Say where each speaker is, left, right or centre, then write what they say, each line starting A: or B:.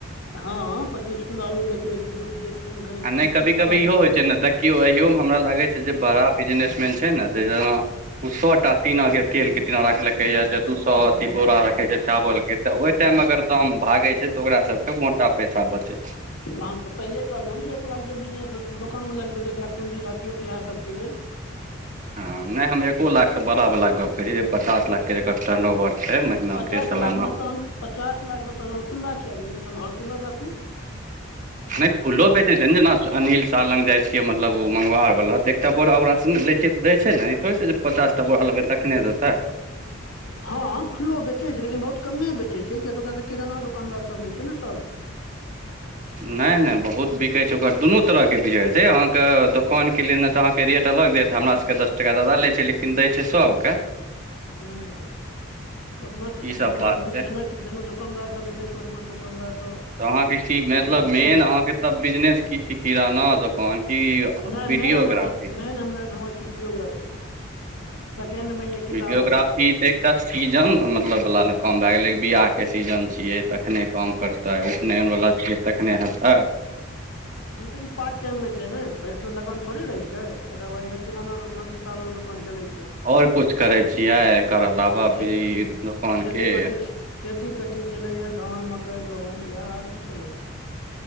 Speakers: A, on the left (about 85°); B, on the right (about 35°).
A: हँ पच्चीस किलो आलू बेचबै तऽ दू करीब
B: आ
A: एक
B: नहि कभी
A: एक सए
B: कभी
A: बासठ
B: इहो होइ छै ने देखियौ अयोमे हमरा लागै छै जे बड़ा बिजनेसमन छै ने जेना ओ सौ टा टीना के तेल के टीना राखलके य जे दू सौ अथी बोरा रखे छै चावल के तऽ ओहि टाइममे अगर दाम भागै छै तऽ ओकरा सबके मोटा पैसा बचै छै
A: हँ तऽ पहिले कहलहु जे एक लाख जे बिजनेस दोकानमे लगबै तऽ एक लाख पूँजी राखियौ इएह सभके लेल
B: हँ नहि हम एको लाख से बड़ा वला गप कहै छी पचास लाख के टर्नओवर छै महीना
A: पचास
B: के सालाना
A: लाख मे तहन पचास लाख मे तहन खुला किया बेचै तहन हलसेलर रखू
B: नहि खुलो बेचै छै न अनिल साह लग जाइ छिै मतलब ओ मङ्गवार बला तऽ एकटा बोरा ओराा उरा सँ लै छै तऽ दै छै ने ई थोड़े जे पचास
A: हँ
B: टा बोललबै तखने देतऽ
A: हँ खुल्लो बेचै छै लेकिन बहुत कमे बेचै छै किया तऽ ओकरा किराना दोकानदार सभ लैत छै ने सभ
B: नहि नहि बहुत बिकै छै ओकर दुनू तरह के बिकतै अहाँके दोकान के ल लेल ने तऽ अह के रेट अलग दे त हमरा सब के दस टका ज्यादा ले छै लेकिन दय छै सब के
A: हूं अपना
B: ई सब
A: जेना
B: बात छै
A: जेना जेना दोकानदार सब जेतै छोट मोट दोकानदार
B: तऽ अहाँके की मतलब
A: ओकरा सबके
B: मेन
A: दै छै
B: अहाँके त बिजनेस की छिय किराना दोकान की
A: नहि
B: वीडियोग्राफी
A: मेन हमर छी मेन हम हमर छी वीडियोग्राफी सेकेण्ड मे य किताबक
B: वीडियोग्राफी
A: दुकान
B: तऽ एकटा सीजन मतलब बला न काम भए गेलै बियाह के सीजन छियै तखने काम करतै उपनयन वला छियै तखने हेतै
A: तऽ ई पार्ट टाइम में छै ने भरि दिन लगन थोड़े रहे छै तकर बाद इह किराना दोकान किताबक दोकान चले छै
B: और कुछ करै छियै एकर अलावा
A: खे
B: ई दोकानके
A: खेती पति खेती पेती चलैया धान मकइ गहूम इएह आर की चलत